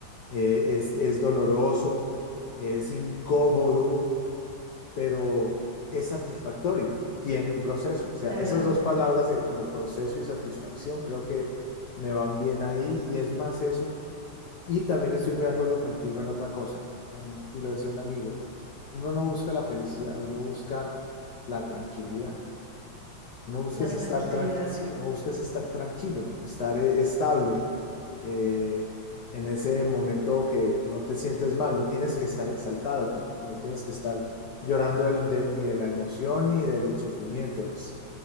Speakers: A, on the left; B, on the right.
A: eh, es, es doloroso, es incómodo, pero es satisfactorio, tiene un proceso. O sea,
B: Claro,
A: esas dos palabras de como proceso y satisfacción creo que me van bien ahí y es más eso. Y también estoy muy de acuerdo contigo en otra cosa, um, y lo decía un amigo, uno no busca la felicidad, uno busca la tranquilidad. Uno busca
B: la
A: es
B: tranquilidad.
A: estar tranquilo, sí, uno busca es estar tranquilo, estar eh, estable, eh, en ese momento que no te sientes mal, no tienes que estar exaltado, tampoco, no tienes que estar llorando de- de- ni de la emoción ni del sufrimiento, es